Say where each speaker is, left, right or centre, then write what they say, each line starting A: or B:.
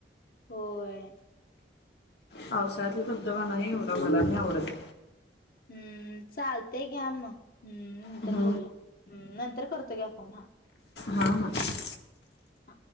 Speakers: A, on the left; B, on the left.
A: होय.
B: पावसाळ्यातला धबधबा नाहीही एवढा मला नाही आवडत.
A: हम्म चालतय घ्या मग हम् नंतर
B: हम्म,
A: बोलुया नंतर करतो घ्या फोन हा.
B: हा हा.
A: हा